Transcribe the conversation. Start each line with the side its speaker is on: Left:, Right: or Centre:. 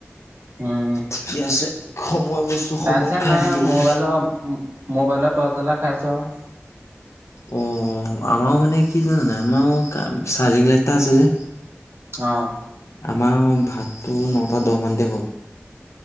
Right: উম
Left: ঠিকে আছে সময় বস্তু
Right: কাৰেণ্ট
Left: সময়ত
Right: চাৰেণ্ট
Left: খাই
Right: নাই
Left: থাকিব
Right: আৰু, মোবাইলৰ-মোবাইলৰ
Left: লাগে।
Right: টৰ্চ জ্বলাই খাইছো আৰু।
Left: অ', আমাৰও মানে কি জানানে, আমাৰো চাৰ্জিং লাইট এটা আছে যে।
Right: অ',
Left: আমাৰ আউ ভাতটো, ন'টা দহ মানতে হল।